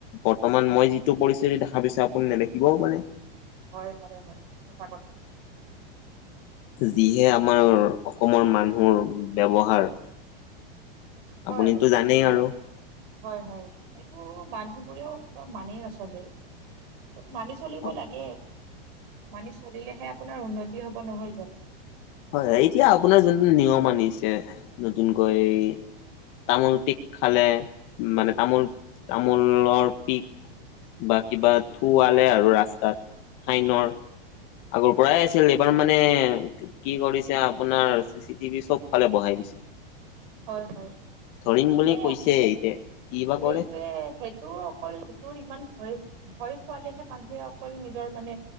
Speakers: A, on the left; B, on the right.
A: বৰ্তমান মই যিটো পৰিস্থিতি দেখা পাইছো, আপুনি নেদেখিবও পাৰে।
B: হয় হয় হয় সঁচা কথা।
A: যিহে আমাৰ অসমৰ মানুহৰ ব্যৱহাৰৰ
B: হয়
A: আপুনিতো জানেই আৰু।
B: হয় হয় সেইটো মানুহবোৰেও একদম মানেই নচলে। মানি চলিব
A: হয়
B: লাগে মানি চলিলেহে আপোনাৰ উন্নতি হব নহয় যানো।
A: হয়-হয়, এতিয়া আপোনাৰ যোনটো নিয়ম আনিছে নতুনকৈ। তামোল, পিক খালে, মানে তামোল, তামোলৰ পিক। বা কিবা থুুৱালে আৰু ৰাস্তাত ফাইনৰ। আগৰ পৰাই আছিল, এইবাৰ মানে। কি কৰিছে, আপোনাৰ চি চি টিভি চব ফালে বহাই দিছে।
B: হয় হয়
A: ধৰিম বুলি
B: এই
A: কৈছে এতিয়া। কি বা
B: সেইটোৱে
A: কৰে
B: সেই। তোৰ অকল তোৰ ইমান ভয় ভয় খোৱালেহে মানুহে অকল নিজৰ মানে